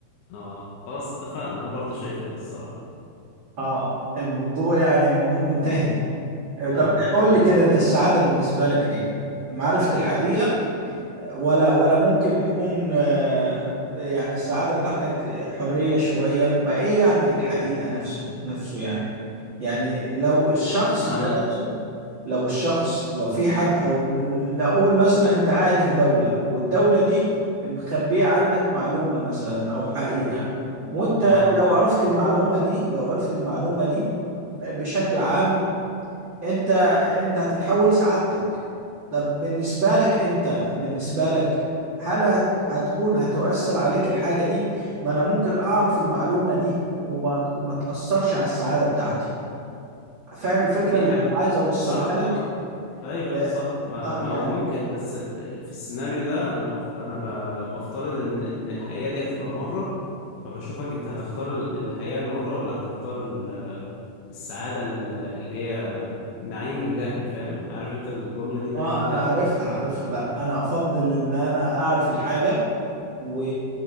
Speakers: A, on the left; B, on the right.
A: اه خلاص اتفقنا انا برضو شايف كده الصراحة
B: آه الموضوع يعني موضوع منتهي آه، طب
A: اه
B: قول لي كده انت السعادة بالنسبة لك ايه؟ معرفة الحقيقة ولا ولا ممكن تكون آه، يعني السعادة بتاعتك حرية شوية ما ايه يعني الحقيقة نفسه نفسه يعني يعني لو الشخص
A: معنى
B: ده نفسه لو الشخص لو في حد او م- نقول مثلا انت قاعد في دولة والدولة دي مخبية عنك معلومة مثلا او حقيقة وانت
A: اه
B: لو عرفت المعلومة دي لو عرفت المعلومة دي بشكل عام انت انت هتتحول سعادتك طب بالنسبة لك انت بالنسبة لك هل هت... هتكون هتؤثر عليك الحاجة دي ما انا ممكن اعرف المعلومة دي وما وما تأثرش على السعادة بتاعتي فاهم الفكرة
A: دي
B: اللي
A: حق
B: انا عايز اوصلها
A: صح
B: لك
A: اه ايوه
B: يا-
A: ايوه صح ما,
B: اه
A: ما
B: يعني
A: هو ممكن بس ال- في السيناريو ده انا بق... انا ب... بفترض ان ان الحقيقه دي هتبقى مره فبشوفك انت هتختار ال- الحقيقه المره ولا هتختار ال- السعاده ال- اللي هي نعيم الجهل فاهم عارف انت الجمله دي نعيم
B: اه
A: الجهل
B: انا عارفها عارفها لا انا افضل ان انا اعرف الحاجة و